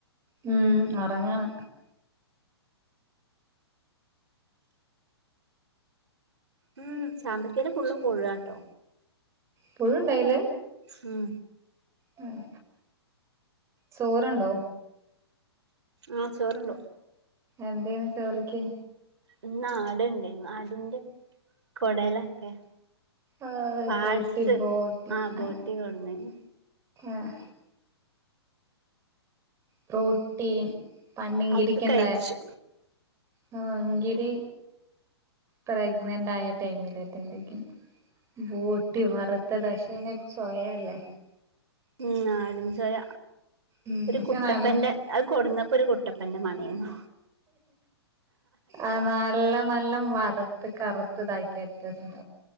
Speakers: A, on the right; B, on the right.
A: ഉം ഒറങ്ങാണ്.
B: ഉം ചാമ്പക്കേന് ഫുള്ള് പുഴുവാട്ടോ.
A: പുഴുണ്ടായില്ലേ?
B: ഉം
A: ങ്‌ ഹും ചോറ്ണ്ടോ?
B: ആഹ്, ചോറുണ്ട്.
A: എന്തേന് ചോറിക്ക്?
B: ഇന്നാട് ഒണ്ടായുന്നു. ആടിന്റെ കൊടലൊക്കെ.
A: ഓ
B: പാട്സ്
A: ബോട്ടി ബോട്ടി
B: ആ ബോട്ടി
A: ആഹ്
B: കൊട്ന്നേന്നു
A: ആഹ് പ്രോട്ടീൻ, പന്നിങ്കിരക്കണ്ടേ
B: അത് കഴിച്ചു
A: മോകിരി പ്രഗ്നന്റായാ ടൈമിലായിയെടുത്തോണ്ട് നിക്കണ്. ബോട്ടി വറുത്തെത്. അശേനൊരു ചൊയല്ലേ.
B: ഉം നാടൻചായ
A: ഉം
B: ഒരു
A: പക്ഷെ
B: കുട്ടപ്പന്റെ.
A: നല്ല
B: അത് കൊടുന്നപ്പോ ഒരു കുട്ടപ്പന്റെ മണിന്നാ.
A: ആഹ് നല്ല നല്ല വറുത്ത് കറ്ത്ത്താക്കിയറ്റുഷ്ട്ടം